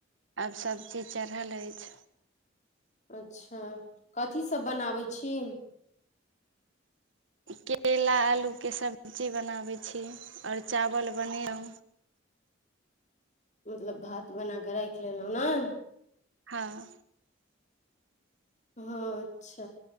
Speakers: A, on the right (about 80°); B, on the left (about 35°).
A: आब सब चीज चढ़ल ऐछ
B: अच्छ कथीसभ बनाबै छी
A: केला आलू केँ सब्जी बनाबैत छी और चावल बनै लौ
B: मतलब भात बना केँ राइख लेलै नै
A: हँ
B: हँ अच्छ